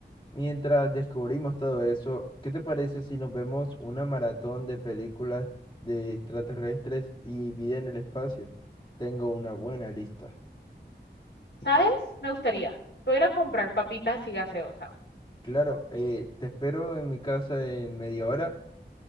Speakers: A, on the left (about 30°); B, on the left (about 75°).
A: Mientras descubrimos todo eso, ¿qué te parece si nos vemos una maratón de películas de extraterrestres y vida en el espacio? Tengo una buena lista.
B: ¿Sabes? Me gustaría. Voy a ir a comprar papitas y gaseosa.
A: Claro, eh, te espero en mi casa en media hora.